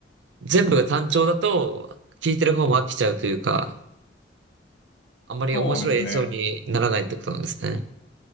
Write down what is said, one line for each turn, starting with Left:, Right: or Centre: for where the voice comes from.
Right: 全部が単調だと、聞いてる方も飽きちゃうというか、あんまり面白い演奏にならないってことなんですね。
Left: そうですね。